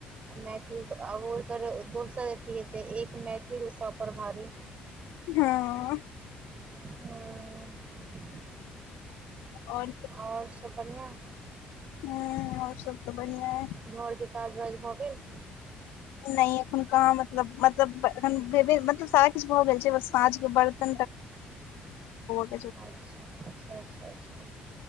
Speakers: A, on the right; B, on the left.
A: मैथिल बहुत सार अथी हतै एक मैथिल। सभ पर भारी।
B: हँ।
A: हँ।
B: और
A: आओर सभ बढ़िआँ।
B: ह आओर सभ तऽ बढ़िआ है।
A: घोर के काज वाज भ गेल।
B: नहि एखन कहाँ मतलब मतलब एखन भेबे मतलब सारा किछ भऽ गेल छै। साँझ के वर्त। <unintelligible>
A: अच्छा अच्छा अच्छा अच्छा